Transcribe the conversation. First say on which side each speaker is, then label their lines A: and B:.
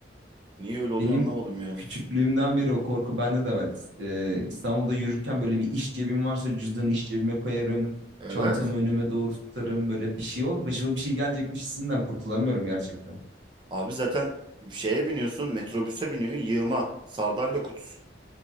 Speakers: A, on the right; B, on the right.
A: Niye öyle oluyor
B: Benim
A: anlamadım yani.
B: küçüklüğümden beri o korku bende de var. E, İstanbul'da yürürken böyle bir iş cebim varsa cüzdanı iş cebime koyarım.
A: Evet.
B: Çantamı önüme doğru tutarım. Böyle bir şey ol. Başıma bir şey gelecekmiş hissinden kurtulamıyorum gerçekten.
A: Abi zaten şeye biniyorsun, metrobüse biniyorsun, yığma. Sardalya kutusu.